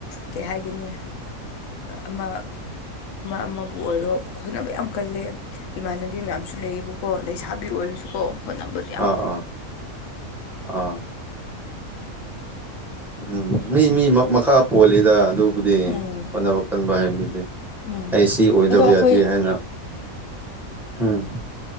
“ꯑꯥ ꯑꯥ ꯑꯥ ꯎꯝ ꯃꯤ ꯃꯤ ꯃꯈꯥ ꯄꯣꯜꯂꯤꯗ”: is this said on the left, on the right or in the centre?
Centre